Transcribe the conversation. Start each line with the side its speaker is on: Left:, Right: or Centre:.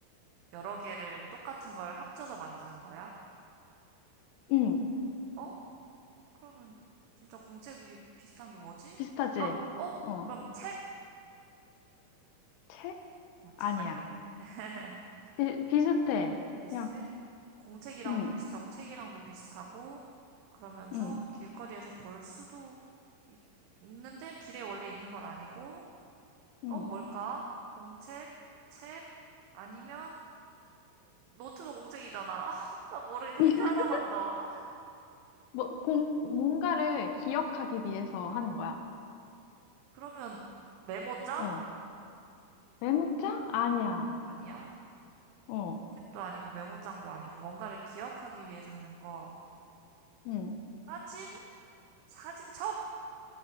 Right: 여러 개를 똑같은 걸 합쳐서 만드는 거야?
Left: 음,
Right: 어? 그러면 진짜 공책이 비슷한 게 뭐지?
Left: 비슷하지?
Right: 아, 어?
Left: 어,
Right: 그럼 책?
Left: 책?
Right: 어, 책
Left: 아니야.
Right: 아닌가 보네. <laughs>
Left: 비, 비슷해.
Right: 비슷해?
Left: 그냥,
Right: 공책이랑도
Left: 음,
Right: 비슷하고 책이랑도 비슷하고 그러면서
Left: 음,
Right: 길거리에서 볼 수도 있, 는데 길에 원래 있는 건 아니고
Left: 음.
Right: 어 뭘까? 공책, 책 아니면 노트도 공책이잖아. <laughs> 나 모르겠다.
Left: <laughs>
Right: 힌트 하나만 더.
Left: 뭐, 공, 뭔가를 기억하기 위해서 하는 거야.
Right: 그러면 메모장?
Left: 어. 메모장? 아니야.
Right: 아니야.
Left: 어,
Right: 책도 아니고 메모장도 아니고 뭔가를 기억하기 위해서 하는 거.
Left: 응,
Right: 사진? 사진첩?